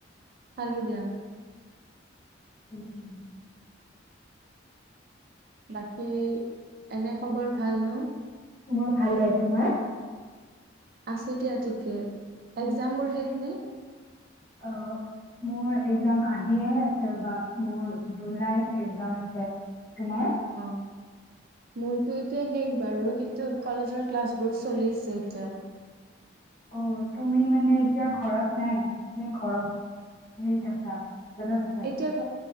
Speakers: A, on the right; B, on the left.
A: খালো দিয়া
B: উম উম
A: বাকী এনে খবৰ ভাল ন
B: মোৰ ভালে তোমাৰ
A: আছো দিয়া ঠিকে এক্জাম বোৰ শেষ নে
B: অ মোৰ একজাম আহিহে আছে ৰ'বা মোৰ জুলাইত একজাম আছে তোমাৰ
A: অ মোৰতো এতিয়া শেষ বাৰু কিন্তু কলেজৰ ক্লাছ বোৰ চলিছে এতিয়াও
B: অ তুমি মানে এতিয়া ঘৰত নাই নে ঘৰত <unintelligible>
A: তে ঘ